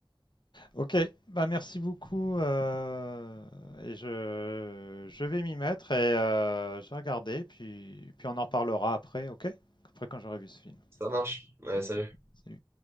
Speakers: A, on the left; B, on the right.
A: Ok, bah merci beaucoup. euh, et je, je vais m'y mettre et euh, je vais regarder, puis, puis on en reparlera après, ok? Après quand j'aurai vu ce film.
B: Ça marche. Allez,
A: Merci.
B: salut.
A: Salut.